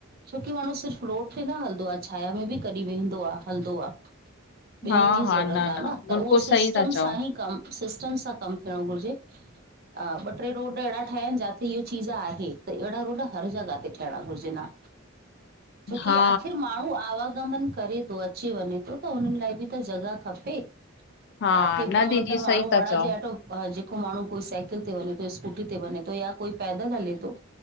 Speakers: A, on the right; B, on the left.
A: छोकी माण्हू सिर्फ़ु रोड में न हलंदो आह। छाया में बि कॾहिं वेंंदो आह, हलंदो आह।
B: हा
A: ॿिननि जी
B: हा
A: ज़रूरत आहे न,
B: बिल्कुलु
A: त उहो सिस्टम
B: सही था चओ
A: सां ई कमु, सिस्टम सां कम थियणो घुरिजे। अ ॿ टे रोड अहिड़ा ठहिया आहिनि जाते, इहा चीज़ आहे। त अहिड़ा रोड हर जॻह ते थियण घुरिजन हां, छोकी
B: हा
A: आख़िर माणू आवागमन करे थो, अचे- वञे थो, त उन्हनि लाइ बि त जॻह खपे।
B: हा
A: काथे ॿ
B: न दीदी
A: मिंट माण्हू
B: सही था
A: वण
B: चओ
A: जे हेठों हां, जेको माण्हू कोई साइकिल ते वञे थो, स्कूटी ते वञे थो, या कोई पैदल हले थो